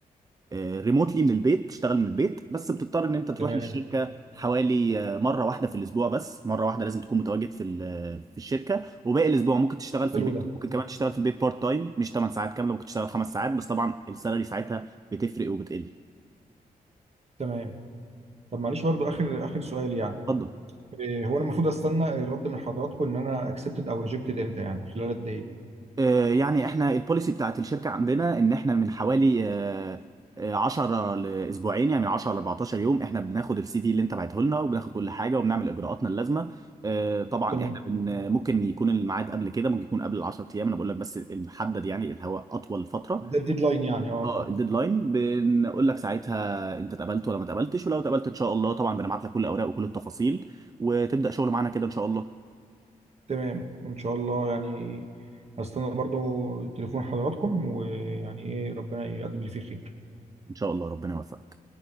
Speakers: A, on the right (about 20°); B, on the right (about 40°).
A: ريموتلي من البيت تشتغل من البيت بس بتضطر إن أنت تروح
B: تمام
A: للشركة حوالي آه، مرة واحدة في الأسبوع بس مرة واحدة لازم تكون متواجد في ال- آه، في الشركة وباقي الاسبوع ممكن تشتغل في
B: حلو
A: البيت
B: ده
A: ممكن كمان تشتغل في البيت بارت تايم مش 8 ساعات كامله ممكن تشتغل 5 ساعات بس طبعا السالري ساعتها بتفرق وبتقل
B: تمام طب معلش برضو اخر اخر سؤال يعني
A: اتفضل
B: إيه هو انا المفروض استنى الرد من حضراتكم ان انا اكسبتد او ريجكتد امتى يعني خلال قد ايه
A: آه يعني احنا البوليسي بتاعت الشركه عندنا ان احنا من حوالي آه آه، 10 لاسبوعين يعني من 10 ل 14 يوم احنا بناخد السي في اللي انت بعته لنا وبناخد كل حاجه وبنعمل اجراءاتنا اللازمه آه طبعا
B: تمام
A: احنا بن ممكن يكون الميعاد قبل كده ممكن يكون قبل ال 10 ايام انا بقول لك بس المحدد يعني اللي هو اطول فتره
B: ده الديدلاين يعني اه
A: اه الديدلاين بنقول لك ساعتها انت اتقبلت ولا ما اتقبلتش ولو اتقبلت ان شاء الله طبعا بنبعت لك كل الاوراق وكل التفاصيل وتبدا شغل معانا كده ان شاء الله
B: تمام ان شاء الله يعني هستنى برضو تليفون حضراتكم ويعني ايه ربنا يقدم لي فيه خير
A: ان شاء الله ربنا يوفقك